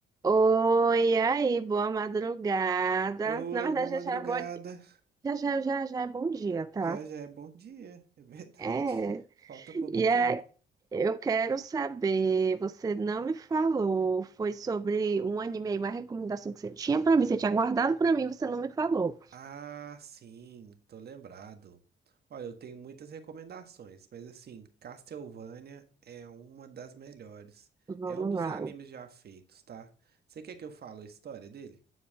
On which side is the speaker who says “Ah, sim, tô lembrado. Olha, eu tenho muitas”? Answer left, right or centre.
Right